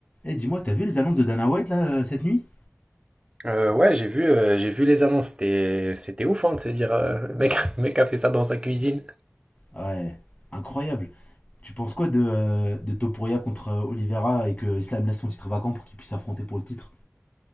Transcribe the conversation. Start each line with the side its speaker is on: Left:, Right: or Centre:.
Left: Eh, hey, dis-moi, t'as vu les annonces de Dana White là euh, cette nuit
Right: Euh, ouais, j'ai vu, euh, j'ai vu les annonces. C'était, c'était ouf, hein, de se dire, euh, le mec, <laughs> le mec a fait ça dans sa cuisine.
Left: Ouais, incroyable. Tu penses quoi de, euh, de Topuria contre euh, Oliveira et que Islam laisse son titre vacant pour qu'il puisse s'affronter pour le titre